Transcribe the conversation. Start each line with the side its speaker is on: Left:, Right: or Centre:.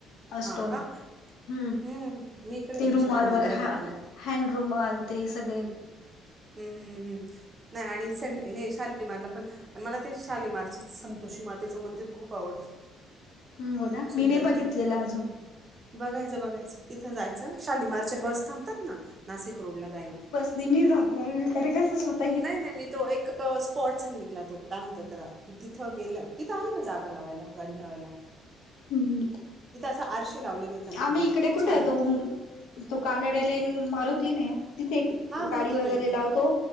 Left: असत
Right: हा
Left: हम्
Right: का हम्म मी इकडे जाते
Left: तेिरुमाल
Right: शालीमारला
Left: व
Right: जाते
Left: हा. हँडरूमाल आल ते सगळे.
Right: हम्म हम्म् हम् नाही आणि स हे शालीमारला पण आणि मला ते शालिमारच संतोषी मातेचं मंदिर खूप आवडतं.
Left: हो
Right: खूप
Left: ना
Right: सुंदर
Left: मी नाही बघितलेलं
Right: आहे ते हा.
Left: अजून
Right: बघायचं बघायचं तिथं जायचं शालिमार बस थांबतात ना नाशिक रोडला जायला.
Left: हमी जाते कसत.
Right: नाही नाही मी तो एक स्पॉट सांगितला तो काय म्हणता तर की तिथं गेलं. तिथं आहे ना जागा लावायला गाडी लावायला.
Left: हम्
Right: तिथं असं आरशे लावलेले आहेत त्या मंदिरात
Left: आम्ही इकडे
Right: खूप
Left: कुठे
Right: छान
Left: येतो. तू कानड्याला मारूतीन तिथे
Right: हा माहिती
Left: गाडी वगैरे
Right: माहिती
Left: लावतो